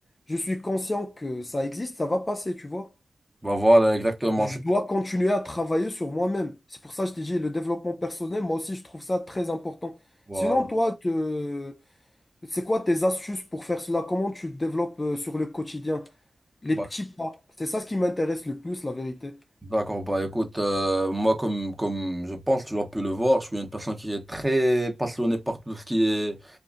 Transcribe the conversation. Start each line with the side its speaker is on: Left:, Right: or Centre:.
Left: Je suis conscient que ça existe, ça va passer, tu vois.
Centre: Bah voilà, exactement.
Left: Je
Centre: c'est-
Left: dois continuer à travailler sur moi-même. C'est pour ça que je t'ai dit le développement personnel, moi aussi je trouve ça très important.
Centre: Voilà.
Left: Sinon, toi, te- c'est quoi tes astuces pour faire cela? Comment tu te développes euh, sur le quotidien? Les
Centre: Bah,
Left: petits pas. C'est ça ce qui m'intéresse le plus, la vérité.
Centre: D'accord, bah écoute, euh, moi comme, comme je pense, tu as pu le voir, je suis une personne qui est très passionnée par tout ce qui est